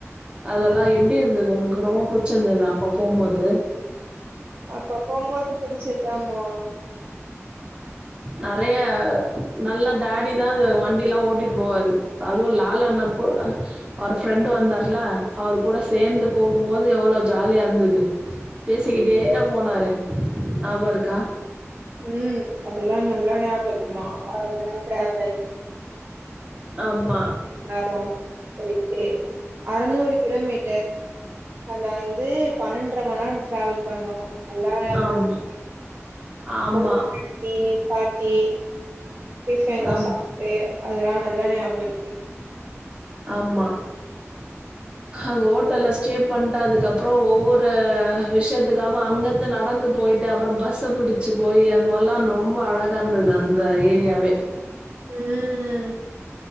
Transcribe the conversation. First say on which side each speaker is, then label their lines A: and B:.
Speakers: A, on the right; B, on the right.
A: அதெல்லா எப்டி இருந்தது உனக்கு ரொம்ப புடிச்சிருந்ததா அப்ப போம்போது
B: அப்ப போம்போது புடிச்சதுதாம்மா.
A: நெறைய நல்லா டேடி தா வண்டி எல்லா ஓட்டிட்டு போவாரு அதுவு லால் அண்ண கூ அவர் ஃப்ரெண்டு வந்தார்ல அவரு கூட சேந்து போகும்போது எவ்வள ஜாலியா இருந்தது பேசிக்கிட்டே போனாரு ஞாபக இருக்கா
B: ம் அதெல்லா ஞா நல்லா ஞாபக இருக்குமா அதனால ட்ரவல்
A: ஆமா.
B: நேரம் போயிட்டு அறநூறு கிலோமீட்டர் அந்த இது. பன்னெண் ஓண்ற மண் நேர டிராவல் பண்ணு எல்லா ஞாபக
A: ஆமா.
B: இருக்கு
A: ஆமா.
B: போத்தி நீ பாட்டி ப்பம்தா
A: ஆம்.
B: சாப்பே அதெல்லா நல்லா நியாப இருக்கு
A: ஆமா அங்க ஹோட்டல்ல ஸ்டே பண்ட் அதுக்கு அப்புற ஒவ்வொரு விஷயத்துக்காக அங்கந்து நடந்து போயிட்டு அப்புற பஸ்ஸ புடிச்சு போயி அந்த மாரிலா ரொம்ப அழகா இருந்தது அந்த ஏரியாவே
B: ம்